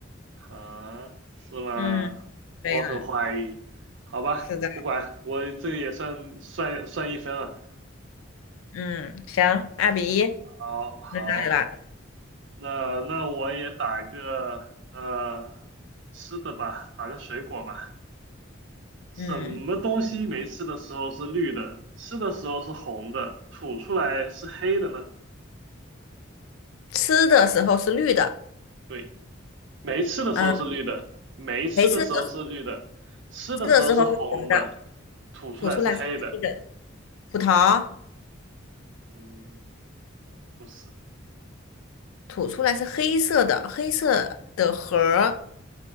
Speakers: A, on the right (about 60°); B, on the left (about 85°).
A: 啊，是吗？
B: 嗯，对了，
A: 我很怀疑。好吧，
B: 是的。
A: 不管，我这个也算算算一分了。
B: 嗯，行，二比一，
A: 好好。
B: 轮到你了。
A: 那那我也打个呃吃的吧，打个水果吧。什么东西没吃的时候是绿的，
B: 嗯，
A: 吃的时候是红的，吐出来是黑的呢？
B: 吃的时候是绿的，
A: 对，没吃的时候是绿的，
B: 嗯，
A: 没吃的时候是绿的，
B: 没吃的时候
A: 吃的时候是红的，
B: 吃的时候是红的，
A: 吐出来是黑的。
B: 吐出来是黑的。葡萄。
A: 嗯，不是，
B: 吐出来是黑色的，黑色的核儿，